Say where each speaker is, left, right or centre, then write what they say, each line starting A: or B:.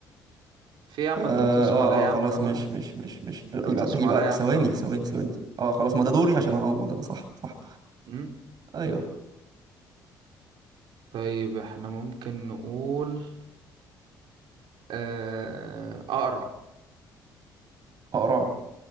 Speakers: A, on the right; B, on the right.
A: في إيه يا عم
B: اه
A: انت هتنصب
B: اه
A: عليا يا
B: آه، خلاص
A: عم من اولها
B: مش مش مش مش لا،
A: انت
B: يبقى
A: هتنصب
B: يبقى
A: عليا يا
B: ثواني
A: عم من اولها
B: ثواني ثواني ثواني. اه خلاص ما ده دوري عشان اعوض انا صح صح
A: امم
B: ايوه
A: طيب احنا ممكن نقول آه... اقرع
B: قرع